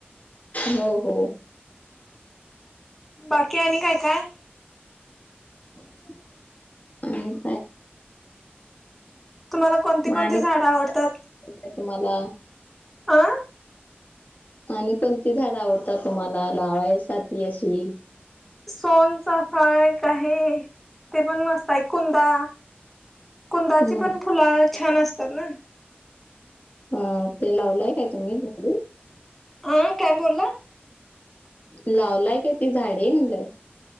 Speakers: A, on the left; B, in the centre.
A: हो हो
B: बाकी आणि काय काय?
A: <unintelligible> मग
B: तुम्हाला कोणती कोणती
A: आणि
B: झाडं आवडतात?
A: तुम्हाला,
B: अं
A: आणि कोणती झाड आवडतात तुम्हाला लावाय साठी अशी
B: सोनचाफा एक आहे ते पण मस्त आहे. कुंदा, कुंदाची
A: हम्म
B: पण फुलं छान असतात ना?
A: ह ते लावलंय काय तुम्ही झाड.
B: हा काय बोलला?
A: लावलाय काय ती झाडे म्हणलं,